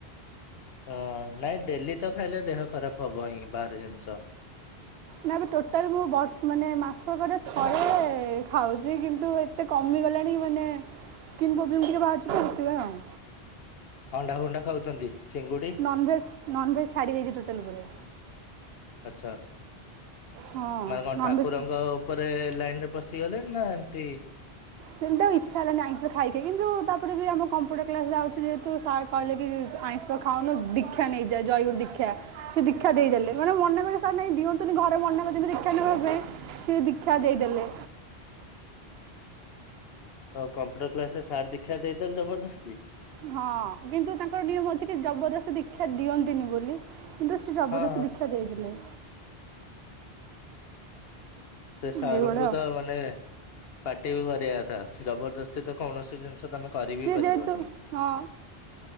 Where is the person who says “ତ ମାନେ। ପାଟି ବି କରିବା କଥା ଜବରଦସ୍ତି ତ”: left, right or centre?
Left